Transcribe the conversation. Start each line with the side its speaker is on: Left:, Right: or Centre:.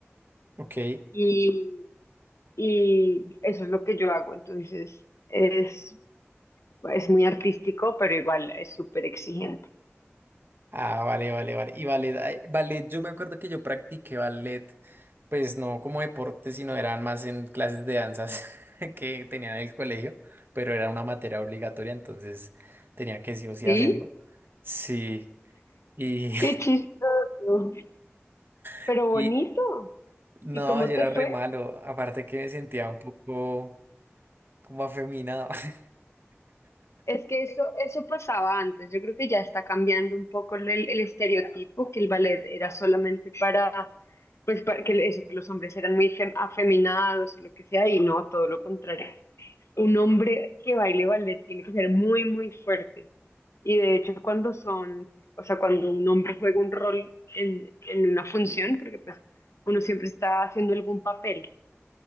Right: Ok.
Left: y, y eso es lo que yo hago. Entonces, es, es muy artístico, pero igual es súper exigente.
Right: Ah, vale, vale, vale. Y ballet, ay, ballet, yo me acuerdo que yo practiqué ballet, pues no como deporte, sino eran más en clases de danzas <laughs> que tenía en el colegio, pero era una materia obligatoria, entonces tenía que sí o sí
Left: ¿Sí?
Right: hacerlo. Sí. Y,
Left: Qué chistoso, pero
Right: <laughs>
Left: bonito.
Right: No,
Left: ¿Y cómo
Right: yo era
Left: te
Right: re
Left: fue?
Right: malo. Aparte que me sentía un poco como afeminado. <laughs>
Left: Es que eso, eso pasaba antes. Yo creo que ya está cambiando un poco el, el estereotipo, que el ballet era solamente para, pues, para que eso, que los hombres eran muy fem- afeminados o lo que sea, y no, todo lo contrario. Un hombre que baile ballet tiene que ser muy, muy fuerte. Y de hecho, cuando son, o sea, cuando un hombre juega un rol en, en una función, porque pues uno siempre está haciendo algún papel,